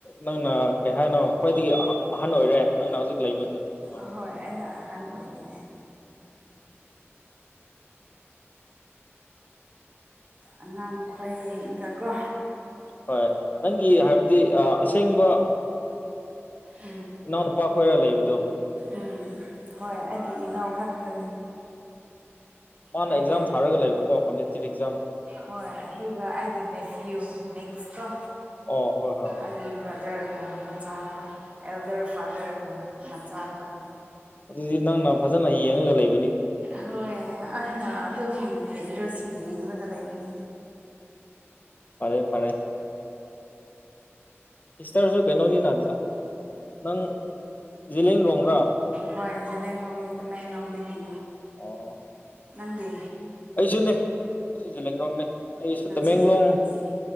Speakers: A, on the left; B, on the right.
A: ꯅꯪꯅ ꯀꯩ ꯍꯥꯏꯅꯣ ꯈ꯭ꯋꯥꯏꯗꯒꯤ ꯑꯍꯟ ꯑꯣꯏꯔꯦ ꯅꯪꯅ ꯍꯧꯖꯤꯛ ꯂꯩꯕꯅꯤꯅ ꯑꯥ
B: ꯑꯍꯣꯏ ꯑꯩꯅ ꯑꯍꯥꯟꯕ ꯑꯣꯏꯕꯅꯦ ꯑꯉꯥꯡꯈꯣꯏꯒꯀꯣ
A: ꯍꯣꯏ ꯅꯪꯒꯤ ꯍꯥꯏꯕꯗꯤ ꯑꯁꯦꯡꯕ
B: ꯎꯝ
A: ꯏꯅꯥꯎꯅꯨꯄꯥ ꯈꯣꯏꯔ ꯂꯩꯕꯗꯣ
B: ꯎꯝ
A: ꯑꯣ
B: ꯍꯣꯏ ꯑꯩꯒꯤ ꯏꯅꯥꯎ ꯈꯛꯇꯅꯤ
A: ꯃꯥꯅ
B: ꯑꯩꯒꯤ
A: ꯑꯦꯛꯖꯥꯝ ꯊꯥꯔꯒ ꯂꯩꯕꯀꯣ ꯀꯝꯄꯤꯇꯤꯞ ꯑꯦꯛꯖꯥꯝ
B: ꯍꯣꯏ ꯑꯗꯨꯒ ꯑꯩꯒꯤ ꯅꯦꯐ꯭ꯌꯨ ꯅꯅꯤꯛꯁꯇꯣ
A: ꯑꯣ ꯍꯣꯏ ꯍꯣꯏ ꯍꯣꯏ
B: ꯑꯩꯒꯤ ꯕ꯭ꯔꯗꯔꯒ ꯃꯆꯥꯈꯣꯏ ꯑꯦꯜꯗꯔ ꯐꯥꯗꯔꯒ ꯃꯆꯥ ꯈꯣꯏ
A: ꯑꯗꯨꯗꯤ ꯅꯪꯅ ꯐꯖꯅ ꯌꯦꯡꯉꯒ ꯂꯩꯕ
B: ꯍꯣꯏ ꯑꯩꯅ ꯑꯗꯨꯝ ꯍꯩꯗ꯭ꯔꯁꯨ ꯌꯦꯡꯂꯡꯒ ꯂꯩꯕꯤ
A: ꯐꯔꯦ ꯐꯔꯦ ꯁꯤꯁꯇꯔꯁꯨ ꯀꯩꯅꯣꯅꯤꯅ ꯅꯪ ꯖꯤꯂꯦꯡ ꯔꯣꯡꯕ꯭ꯔꯥ
B: ꯍꯣꯏꯁꯦꯡꯂꯣꯡ ꯇꯃꯦꯡꯂꯣꯡꯗꯒꯤ
A: ꯑꯣ
B: ꯅꯪꯗꯤ
A: ꯑꯩꯁꯨꯅꯦ ꯑꯩꯁꯨ ꯖꯤꯂꯒꯣꯡꯅꯦ ꯑꯩꯁꯨ
B: ꯅꯪꯁꯨ
A: ꯇꯃꯦꯡꯂꯣꯡ
B: ꯑꯣ